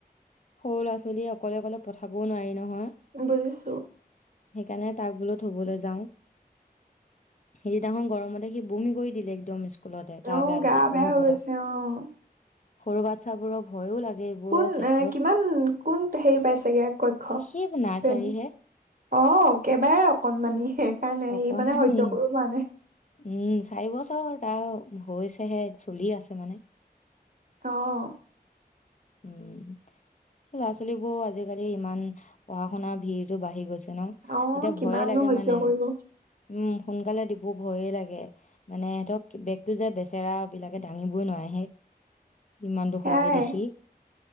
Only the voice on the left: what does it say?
সৰু ল'ৰা-ছোৱালী অকলে অকলে পঠাবও নোৱাৰি নহয়।
সেইকাৰণে তাক বোলো থবলৈ যাওঁ। সেইদিনাখন গৰমতে সি বমি কৰি দিলে একদম ইস্কুলতে। গা
বেয়া লাগি গ'ল
হ'বলা।
সৰুবাত ছাবোৰৰ ভয়ো লাগে এইবোৰৰ
ক্ষেত্ৰত।
সি নাৰ্চাৰী
হে।
অকমানি
উম, চাৰি বছৰ হ'ল তাৰ হৈছেহে চলি আছে মানে।
উম। ছোৱালীবোৰ আজিকালি ইমান পঢ়া শুনাৰ ভিৰতো বাঢ়ি গৈছে। এতিয়া
ভয়ে লাগে
মানে
উম সোনকালে দিব ভয়ে লাগে। মানে সিহঁতক বেগতটো যে বেচেৰা বিলাকে দাঙিবই নোৱাৰে সেই ইমান দুখ
লাগে দেখি।